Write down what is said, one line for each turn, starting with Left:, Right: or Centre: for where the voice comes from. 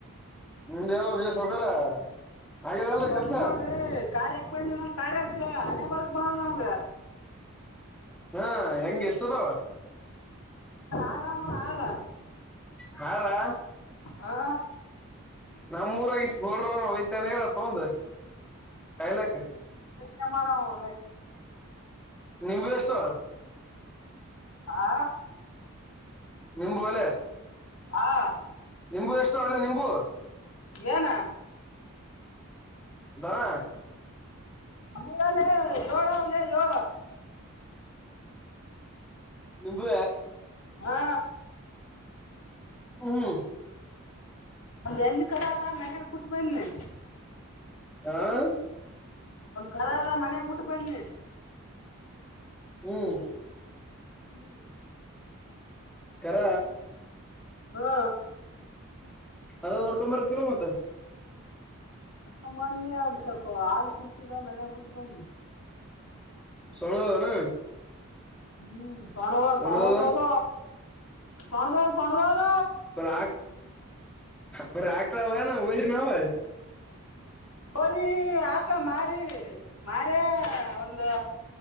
Centre: ನಿಮ್ದ್ ಹೆಂಗೈತ್ರೀ ಸೌಕಾರ ಆಗದ ಅಲ್ರಿ
Left: ಬಂದಿವ್
Centre: ಕೆಲ್ಸ
Left: ನೋಡ್ರಿ ಕಾರ್ಯಕ್ ಬ ನಮ್ ಕಾರ್ಯಕ್ಕ ಹನೆ ಬರಕ್ ಬಂದ ನಮ್ಗ
Centre: ಹಾ ಹೆಂಗ ಎಷ್ಟದಾವ
Left: ಆರಾಮ ಆರ
Centre: ಹಾರಾ
Left: ಹಾ
Centre: ನಮ್ಮೂರ ಇಷ್ಟ ಬೋರ್ಡ್ನು ಹೋಯ್ತಾನೆ ಹೇಳು ತಗೊಂಡು ಕಾಯ್ಲಕ್ಕ
Left: ಸ ಮ <unintelligible>
Centre: ನಿಮ್ದು ಎಷ್ಟು
Left: ಹಾ
Centre: ನಿಂಬು ಅಲ್ಲೇ
Left: ಆ,
Centre: ನಿಂಬು ಎಷ್ಟ ಅಲ್ಲ ನಿಂಬು
Left: ಯೇನಾ
Centre: ದನಾ
Left: ಅ ಏಳ ಅವ ಏಳು
Centre: ನಿಂಬುವ
Left: ಹಾ
Centre: ಹ್ಮ
Left: ಒಂದ್ ಹೆಮ್ಮ್ ಕಡೆ ಆದದ ಮನೆಾಗ್ಬ ಬಿಟ್ಟು ಬನ್ನಿ
Centre: ಹಾ
Left: ಒಂದ್ ಖರದ ಮನೆಯಾಗ ಬಿಟ್ಟು ಬಂದ್ನಿ
Centre: ಹ್ಮ್
Left: ಹ್ಮ್
Centre: ಕರ
Left: ಹಾ
Centre: ಅದ ನೋಡ್ಕೊಂಡ್ ಬರೋಕಿಲ್ವ ಮತ್ತೆ
Left: ಬರ್ಕೊಂಡ ಮೊನ್ನಿ ಆಗ ಸ್ವಲ್ಪ ಹಾಲು ಕುೂತಿದ ಮನೆಾಗ ಕೂಟ್ಟ ಬಂದುಿ
Centre: ಸಣದದ ನ
Left: ಹ್ಮ್ ಶಣವ
Centre: ಸೊಣದ
Left: ಶಣವತ ಪಣದ ತ್ಣದದ
Centre: ಬರ ಆ ಬರ ಆಕಳ ವಯ ವೈ ನಾವ
Left: ಬರಿ ಹಕ ಮಾರ ಮಾರ ಒಂದು